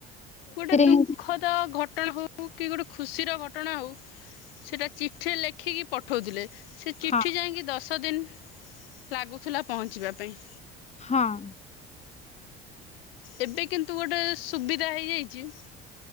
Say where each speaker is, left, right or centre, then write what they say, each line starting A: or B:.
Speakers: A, on the left; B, on the left.
A: ଗୋଟେ ଦୁଃଖଦ
B: ହିଁ
A: ଘଟ ଟଣା ହୋଉ କି ଗୋଟେ ଖୁସିର ଘଟଣା ହୋଉ ସେଟା ଚିଠିରେ ଲେଖିକି ପଠୋଉଥିଲେ। ସେ ଚିଠି
B: ହଁ
A: ଯାଇଁକି ଦଶ ଦିନ ଲାଗୁଥିଲା ପହଞ୍ଚିବା ପାଇଁ।
B: ହଁ।
A: ଏବେ କିନ୍ତୁ ଗୋଟେ ସୁବିଧା ହେଇଯାଇଚି।